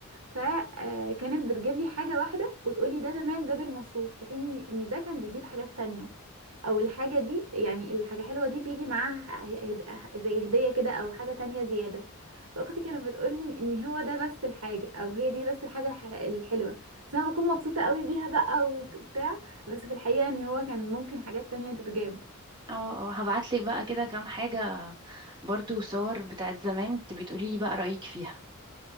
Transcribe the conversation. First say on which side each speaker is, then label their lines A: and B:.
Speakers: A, on the right (about 80°); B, on the right (about 20°).
A: فكانت بتجيب لي حاجه واحده وتقول لي ده تمام ده بالمصروف في حين ان ده كان بيجيب حاجات تانية او الحاجة دي يعني الحاجة حلوة دي بيجي معاها هد- زي هدية كده او حاجة تانية زيادة فاختي كانت بتقولي ان إن هو ده بس الحاجة او هي دي بس الحاجة الح- الحلوة بس انا بكون مبسوطة قوي بيها بقى وبتاع بس في الحقيقة ان هو كان ممكن حاجات تانية تتجاب
B: اه اه هبعتلك بقى كده كام حاجة برضو صور بتاعت زمان تبي تقولي لي بقى رأيك فيها